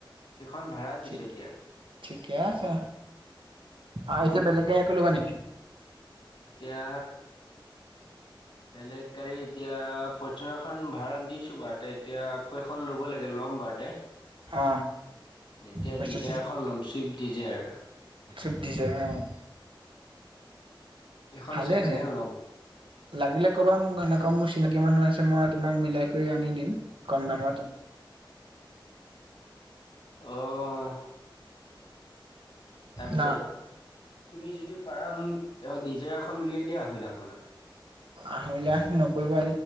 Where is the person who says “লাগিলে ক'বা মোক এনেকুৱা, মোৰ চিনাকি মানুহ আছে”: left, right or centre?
Right